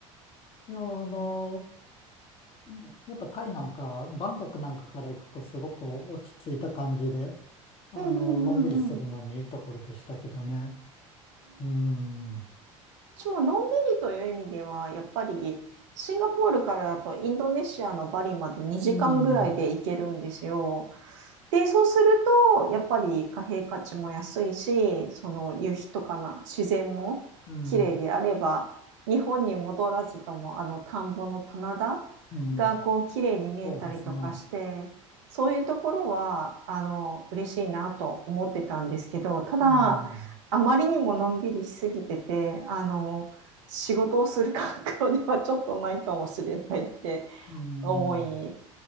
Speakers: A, on the left; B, on the right.
A: いや、あの、うんやっぱタイなんか、バンコクなんかから行くとすごく落ち着いた感じで、あの、
B: うんうんうん
A: のんびりするのにいいところでしたけどね。うん、うん、
B: 私ものんびりという意味では、やっぱりシンガポールからだとインドネシアのバリまで2時間ぐらいで行けるんですよ。
A: うん、
B: で、そうすると、やっぱり貨幣価値も安いし、その夕日とかな自然も綺麗であれば、
A: うん、
B: 日本に戻らずともあの田んぼの棚田
A: うん、
B: がこう綺麗に見えたりとかして、
A: そうですね。
B: そういうところはあの嬉しいなと思ってたんですけど、ただ、
A: うん、
B: あまりにものんびりしすぎてて、あの、仕事をする環境ではちょっとないかもしれないって
A: うん、
B: 思い、